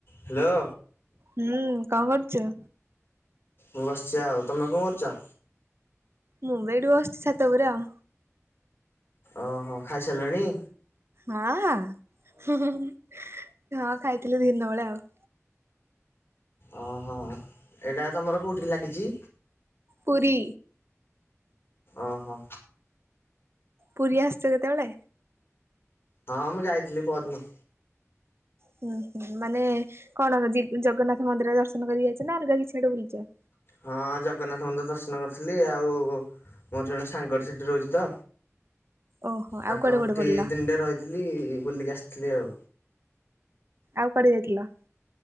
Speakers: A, on the left (about 45°); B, on the right (about 50°).
A: Hello.
B: ହୁଁ କଣ କରୁଛ?
A: ମୁଁ ବସିଛି ଆଉ ତମେ କଣ କରୁଛ?
B: ମୁ ବି ଏଇଠି ବସିଚି ଛାତ ଉପରେ ଆଉ।
A: ଓହୋ ଖାଇସାରିଲେଣି?
B: ହଁ, ହୁଁ ହୁଁ ହୁଁ ହଁ ଖାଇଥିଲି ଦିନ ବେଳେ ଆଉ।
A: ଓ ହୋ। ଏଇଟା ତମର କେଉଁଠି ଲାଗିଛି?
B: ପୁରୀ।
A: ଓହୋ।
B: ପୁରୀ ଆସୁଛ କେତେବେଳେ?
A: ହଁ ହଁ ମୁଁ ଯାଇଥିଲି ପହଦିନ।
B: ହୁଁ ହୁଁ ମାନେ କଣ ଦି ଜଗନ୍ନାଥ ମନ୍ଦିର ଦର୍ଶନ କରି ଯାଇଛ ନା ଅଲଗା କିଛିଆଡେ ବୁଲିଛ?
A: ହଁ ହଁ ଜଗନ୍ନାଥ ମନ୍ଦିର ଦର୍ଶନ କରିଥିଲି। ଆଉ ମୋର ଜଣେ ସାଙ୍ଗରେ ସେଠି ରହୁଛି ତ।
B: ଓହୋ
A: ତାଙ୍କ
B: ଆଉ କୁଆଡେ
A: ଘରଠି
B: କୁଆଡେ ବୁଲିଲ?
A: ଦିନଟେ ରହିଥିଲି ବୁଲିକି ଆସିଥିଲି ଆଉ।
B: ଆଉ କୁଆଡେ ଯାଇଥିଲ?